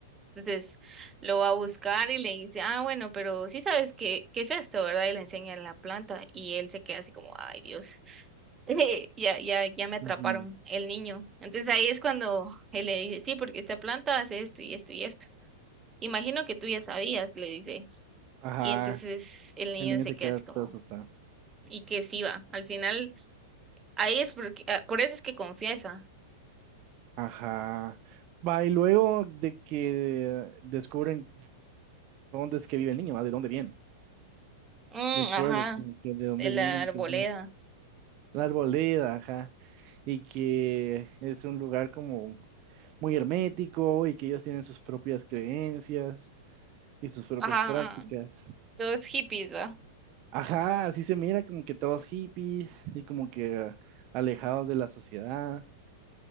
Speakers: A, on the right; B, on the right.
A: Entonces lo va a buscar y le dice, ah, bueno, pero sí sabes qué, qué es esto, ¿verdad? Y le enseña la planta y él se queda así como, ay, Dios, <laughs> ya, ya, ya me atraparon
B: Ujú, ujú.
A: el niño. Entonces ahí es cuando él le dice, sí, porque esta planta hace esto y esto y esto. Imagino que tú ya sabías, le dice.
B: Ajá,
A: Y entonces el niño
B: el niño
A: se
B: se
A: queda
B: queda
A: así
B: todo
A: como,
B: asustado.
A: y que sí va. Al final, ahí es porque, ah, por eso es que confiesa.
B: Ajá. Va, y luego de que descubren dónde es que vive el niño, ¿va? ¿De dónde viene?
A: Mm,
B: El pueblo,
A: ajá,
B: como que de dónde
A: de la
B: vienen,
A: arboleda.
B: que es La Arboleda, ajá. Y que es un lugar como muy hermético y que ellos tienen sus propias creencias y sus propias
A: Ajá,
B: prácticas.
A: todos hippies, ¿va?
B: Ajá, así se mira como que todos hippies y como que ah, alejados de la sociedad.